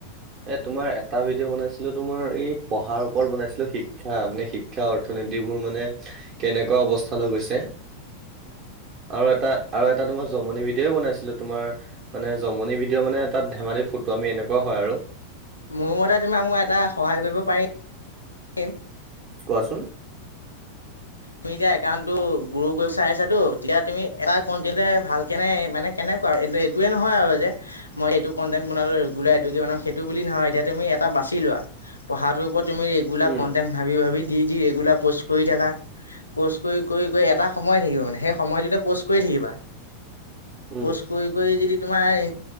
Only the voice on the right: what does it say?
এ তোমাৰ এটা ভিডিঅ বনাইছিলো তোমাৰ এই পঢ়াৰ ওপৰত বনাইছিলো শিক্ষা মানে শি ক্ষা অৰ্থনীতিবোৰ মানে কেনেকুৱা অৱস্থালৈ গৈছে আৰু এটা আৰু এটা তোমাৰ জমনি ভিডিঅ' বনাইছিলো তোমাৰ মানে জমনি ভিডিঅ' মানে তাত ধেমালি ফটো আমি এনেকুৱা হয় আৰু
কোৱাচোন
উম
উম